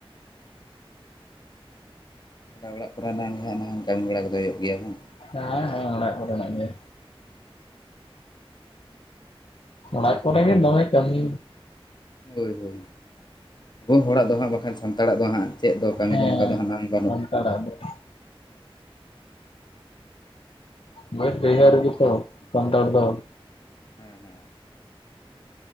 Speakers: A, on the left; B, on the left.
A: ᱛᱟᱦᱞᱮ ᱚᱲᱟᱜ ᱠᱚᱨᱮᱱᱟᱝ ᱜᱮ ᱦᱟᱸᱜ ᱚᱱᱟ ᱦᱚᱸ ᱠᱟᱹᱢᱤ ᱵᱟᱲᱟ ᱠᱚ ᱫᱚ ᱦᱩᱭᱩᱜ ᱜᱮᱭᱟ ᱵᱟᱝ
B: ᱦᱮᱸ ᱦᱮᱸ ᱚᱲᱟᱜ ᱠᱚᱨᱮᱱᱟᱜ ᱜᱮ ᱚᱲᱟᱜ ᱠᱚᱨᱮ ᱜᱮ ᱫᱚᱢᱮ ᱠᱟᱹᱢᱤ
A: ᱦᱳᱭ ᱦᱳᱭ ᱟᱵᱚ ᱦᱚᱲᱟᱜ ᱫᱚ ᱦᱟᱸᱜ ᱵᱟᱠᱷᱟᱱ ᱥᱟᱱᱛᱟᱲᱟᱜ ᱫᱚ ᱦᱟᱸᱜ ᱪᱮᱫ ᱫᱚ ᱠᱟᱹᱢᱤ
B: ᱦᱮᱸ
A: ᱫᱚ ᱚᱱᱠᱟ ᱫᱚ ᱦᱟᱸᱜ ᱵᱟᱝ
B: ᱥᱟᱱᱛᱟᱲᱟᱜ ᱫᱚ ᱵᱟᱹᱫ ᱵᱟᱹᱭᱦᱟᱹᱲ ᱜᱮᱛᱚ ᱥᱟᱱᱛᱟᱲ ᱫᱚ
A: ᱦᱮᱸ ᱦᱮᱸ